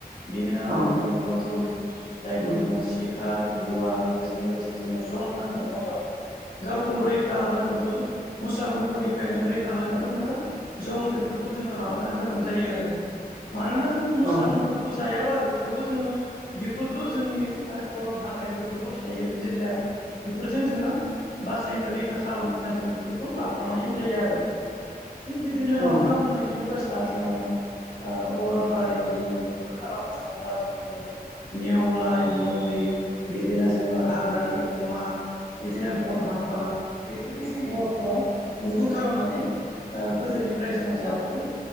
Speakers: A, on the left; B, on the right.
A: बेनि उनाव
B: औ
A: जों बोतुल जायखौ
B: नंगौ
A: जोङो सिब खार रुवा बेजों लोगोसे जोंनो जं नांगोन नङा होमबा? गावखौ रैखा होनोबो मुसा मुफुरनिफ्राय नों रैखा होनोबो नोङो जं बेफोरखौ जोङो लांफानो गोनां जायो आरो। मानोना जों मोसा
B: औ
A: मुुफुरखौ जायाबार' आरो थेवबो जोङो बेफोरखौ जोंनि माने अरन हाग्रायाव बेफोरबो थायो जिरजा बेफोरजों जोङो बासायनो रैखा खालामनो थाखाय जों बिफोरखौ लाफानाय जायो आरो। थिग बिदिनो नोंथाङा
B: औ
A: बुंलायनो बासा जोङो ओ अरनबारियाव जोङो मैहुर खालामनो थाङोब्ला जों दिनै नेवलाय मै बिदिनो जोङो हाग्रानि अमा बिदिनो बन हाफा बेफोरखौ जों बर'फ्रा मैहुर खालामनानै ओ गोदोनिफ्राय जोङो जाबोदों